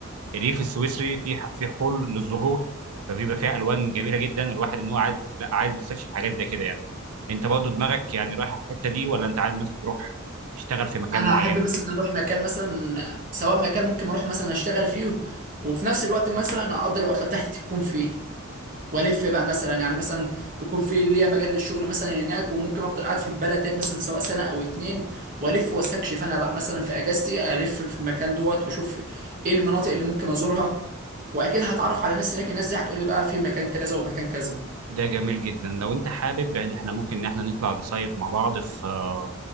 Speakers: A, on the right; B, on the right.
A: الريف السويسري في ح- في حقول للزهور فبيبقى فيها ألوان جميلة جدا الواحد إن هو عايز لا عايز يستكشف حاجات زي كده يعني أنت برضه دماغك يعني رايحة في الحتة دي ولا أنت عايز مثلا تروح تشتغل في مكان
B: انا
A: معين
B: احب مثلا اروح مكان مثلا سواء مكان ممكن اروح مثلا اشتغل فيه وفي نفس الوقت مثلا اقدر العطله بتاعتي تكون فيه والف بقى مثلا يعني مثلا يكون في ليا مجال للشغل مثلا هناك وممكن افضل قاعد في البلد ديت مثلا سواء سنه او اتنين والف واستكشف انا بقى مثلا في اجازتي الف في المكان دوت واشوف ايه المناطق اللي ممكن ازورها واكيد هتعرف على ناس هناك الناس دي هتقول لي بقى في مكان كذا ومكان كذا
A: ده جميل جدا لو انت حابب ان احنا ممكن ان احنا نطلع نصيف مع بعض في آه،